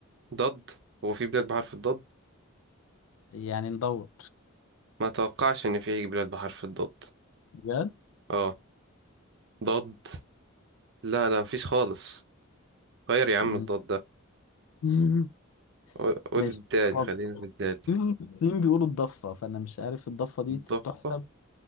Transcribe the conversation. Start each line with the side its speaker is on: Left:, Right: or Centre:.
Right: ضد هو في بلاد بحرف الضاد
Left: يعني ندور
Right: ما اتوقعش ان في بلاد بحرف الضاد
Left: بجد
Right: اه ضد لا لا مفيش خالص غير يا
Left: مم.
Right: عم الضاد ده
Left: <laughs>
Right: قو- قول
Left: ماشي
Right: الدال
Left: خلاص
Right: خلينا
Left: في
Right: في الدال
Left: المصريين بيقولوا الضفة فأنا مش عارف الضفة دي
Right: ضفة
Left: تحسب